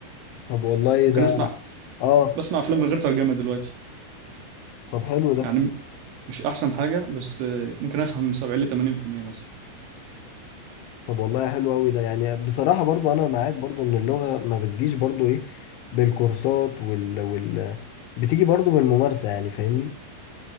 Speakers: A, on the left; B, on the right.
A: طب والله
B: ممكن
A: ده
B: أسمع
A: اه
B: بسمع أفلام من غير ترجمة دلوقتي
A: طب حلو ده
B: يعني مش أحسن حاجة بس آه، ممكن أفهم 70 ل 80% مثلا
A: طب والله حلو قوي ده يعني بصراحة برضو انا معاك برضو ان اللغة ما بتجيش برضو ايه بالكورسات وال وال بتيجي برضو بالممارسة يعني فاهمني